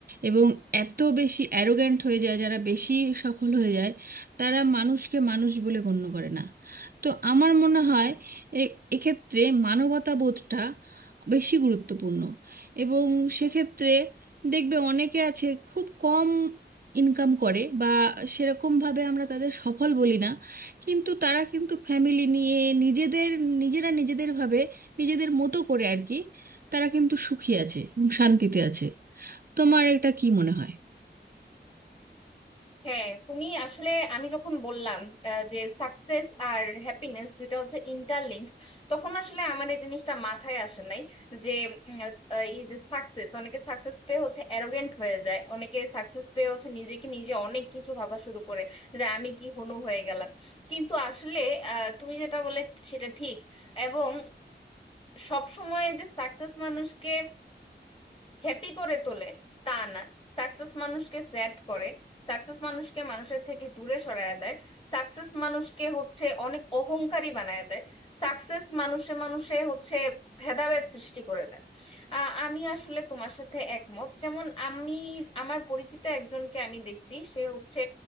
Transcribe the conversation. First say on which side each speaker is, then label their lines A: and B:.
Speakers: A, on the right; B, on the left.
A: এবং এত বেশি অ্যারোগ্যান্ট হয়ে যায় যারা বেশি সফল হয়ে যায় তারা মানুষকে মানুষ বলে গণ্য করে না তো আমার মনে হয় এ এক্ষেত্রে মানবতাবোধটা বেশি গুরুত্বপূর্ণ এবং সেক্ষেত্রে দেখবে অনেকে আছে খুব কম ইনকাম করে বা সেরকমভাবে আমরা তাদের সফল বলি না কিন্তু তারা কিন্তু ফ্যামিলি নিয়ে নিজেদের নিজেরা নিজেদের ভাবে নিজেদের মতো করে আর কি তারা কিন্তু সুখী আছে এবং শান্তিতে আছে তোমার এটা কি মনে হয়
B: হ্যাঁ তুমি আসলে আমি যখন বললাম আহ, যে সাকসেস আর হ্যাপিনেস দুইটা হচ্ছে ইন্টারলিঙ্ক তখন আসলে আমার এই জিনিসটা মাথায় আসে নাই যে উম, আহ, এই যে সাকসেস অনেকে সাকসেস পেয়ে হচ্ছে অ্যারোগেন্ট হয়ে যায় অনেকে সাকসেস পেয়ে হচ্ছে নিজেকে নিজে অনেক কিছু ভাবা শুরু করে যে আমি কি হনু হয়ে গেলাম কিন্তু আসলে আহ, তুমি যেটা বলে সেটা ঠিক এবং সব সময় যে সাকসেস মানুষকে হ্যাপি করে তোলে তা না সাকসেস মানুষকে স্যাড করে সাকসেস মানুষকে মানুষের থেকে দূরে সরায় দেয় সাকসেস মানুষকে হচ্ছে অনেক অহংকারী বানায় দেয় সাকসেস মানুষে মানুষে হচ্ছে ভেদাভেদ সৃষ্টি করে দেয় আ- আমি আসলে তোমার সাথে একমত যেমন আমি আমার পরিচিত একজনকে আমি দেখছি সে হচ্ছে